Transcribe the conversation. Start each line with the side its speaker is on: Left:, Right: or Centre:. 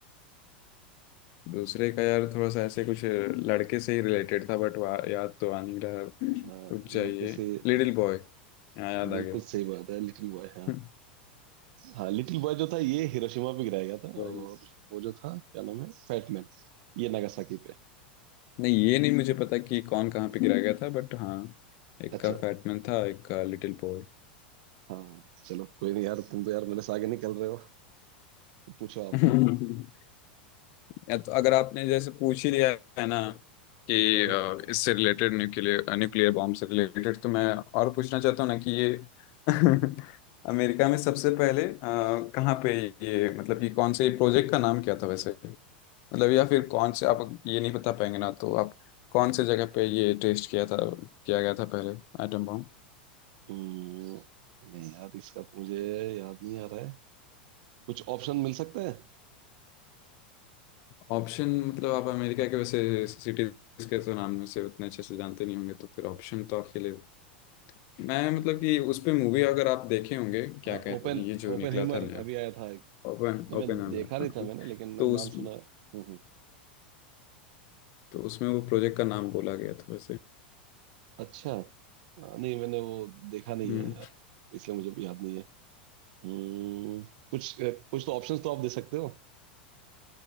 Left: दूसरे का यार थोड़ा सा ऐसे कुछ लड़के से ही रिलेटेड था बट याद तो आ नहीं रहा
Right: हाँ
Left: रुक जाइए
Right: लड़के से
Left: लिटिल बॉय यहाँ याद
Right: बिल्कुल
Left: आ गया
Right: सही बात है लिटिल बॉय हाँ
Left: <laughs>
Right: हाँ लिटिल बॉय जो था ये हिरोशिमा पे गिराया गया था
Left: वही।
Right: और वो जो था क्या नाम है फैटमैन ये नागासाकी पे
Left: नहीं ये नहीं मुझे पता कि कौन कहाँ पे गिरा गया था बट हाँ एक
Right: अच्छा
Left: का फैटमैन था एक का लिटिल बॉय
Right: हाँ चलो कोई नहीं यार तुम तो यार मेरे से आगे निकल रहे हो पूछो
Left: <laughs> या तो अगर आपने जैसे पूछ ही लिया है ना कि
Right: आप
Left: अ, इससे रिलेटेड न्यूक्लियर न्यूक्लियर बॉम्ब से रिलेटेड तो मैं और पूछना चाहता हूँ ना कि ये <laughs> अमेरिका में सबसे पहले अ, कहाँ पे ये मतलब कि कौन से प्रोजेक्ट का नाम क्या था वैसे मतलब या फिर कौन से आप ये नहीं बता पाएंगे ना तो आप कौन से जगह पे ये टेस्ट किया था किया गया था पहले एटम बॉम्ब
Right: हम्म, नहीं यार इसका तो मुझे याद नहीं आ रहा है कुछ ऑप्शन मिल सकते हैं
Left: ऑप्शन मतलब आप अमेरिका के वैसे सिटीज के तो नाम में से उतने अच्छे से जानते नहीं होंगे तो फिर ऑप्शन तो आपके लिए मैं मतलब कि उस पे मूवी अगर आप देखे होंगे क्या
Right: हाँ
Left: कहते
Right: ओपन
Left: हैं ये जो
Right: ओपन
Left: निकला
Right: हीमर
Left: था नया
Right: अभी आया था एक।
Left: ओपन
Right: नहीं,
Left: ओपन
Right: मैं देखा नहीं
Left: हाँ हाँ,
Right: था मैंने लेकिन
Left: तो
Right: नाम
Left: उस
Right: सुना है। हम्म हम्म।
Left: तो उसमें वो प्रोजेक्ट का नाम बोला गया था वैसे
Right: अच्छा हाँ, नहीं मैंने वो देखा नहीं
Left: हम्म
Right: है इसलिए मुझे भी याद नहीं है हम्म कुछ कुछ तो ऑप्शंस तो आप दे सकते हो